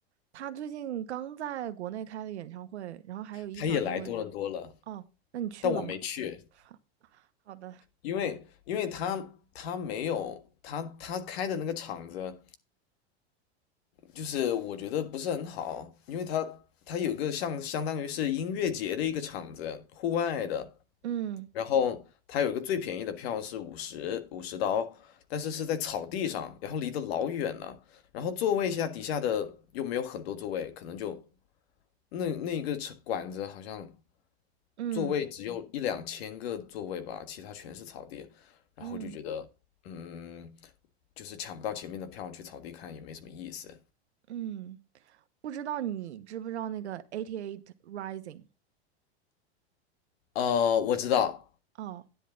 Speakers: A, on the right; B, on the left.
A: 他最近刚在国内开的演唱会，然后还有一场因为。
B: 他也来多伦多了，
A: 哦，那你去了吗？
B: 但我没去，
A: 好，好的，
B: 因为因为他他没有他他开的那个场子。就是我觉得不是很好，因为它它有个像相当于是音乐节的一个场子，户外的，
A: 嗯
B: 然后它有一个最便宜的票是五十五十刀，但是是在草地上，然后离得老远了，然后座位下底下的又没有很多座位，可能就那那个场馆子好像
A: 嗯
B: 座位只有一两千个座位吧，其他全是草地，然后就觉得嗯，
A: 嗯
B: 就是抢不到前面的票去草地看也没什么意思。
A: 嗯，不知道你知不知道那个 Eighty Eight Rising？
B: 呃，我知道。
A: 哦，